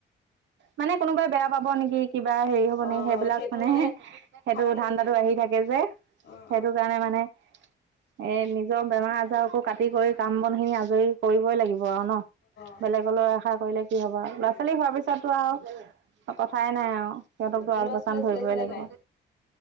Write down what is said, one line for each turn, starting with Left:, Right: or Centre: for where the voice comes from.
Right: মানে কোনোবাই বেয়া পাব নেকি। কিবা হেৰি হব
Left: অ'
Right: নেকি সেইবিলাক
Left: সেইটো
Right: মানে, সেইটো
Left: ভাৱ আহি
Right: ধান্দাটো
Left: থাকে।
Right: আহি থাকে যে।
Left: অ'
Right: সেইটো কাৰণে মানে। এ, নিজৰ বেমাৰ আজাৰকো কাটি কৰি কাম বন খিনি আজৰি কৰিবই লাগিব ব আৰু ন।
Left: অ'
Right: বেলেগলৈ আশা কৰিলে কি হব ল'ৰা ছোৱালী হোৱাৰ পিছতো আৰু কথাই নাই আৰু, সিহঁতকতো
Left: ব্লাউজ
Right: আল পচান
Left: চিলাউজ
Right: ধৰিবই
Left: চিলাইছে নে
Right: লাগিব।
Left: নাই?